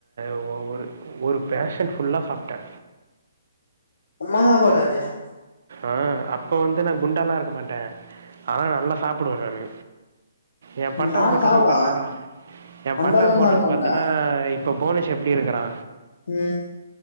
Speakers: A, on the right (about 60°); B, on the left (about 80°).
A: ஒ ஒ ஒரு ஒரு பேஷன் ஃபுல்லா சாப்ட்டே
B: அம்மா சாப்பாட் சாப்ட்டியா
A: ஆ அப்போ வந்து நா குண்டாலா இருக்க மாட்டே ஆனா நல்லா சாப்பிடுவே நானு எ பண்டாவ்து
B: ம் நா
A: ஃபோட்டோல்லா
B: சாப்டுவே
A: பார்ரா எ
B: அந்த
A: பண்டாவ்த்
B: அளவுலா
A: ஃபோட்டோ
B: சாப்ட மாட்டே
A: பாத்தனா இப்போ புவனேஷ் எப்டி இருக்கிறா
B: ம்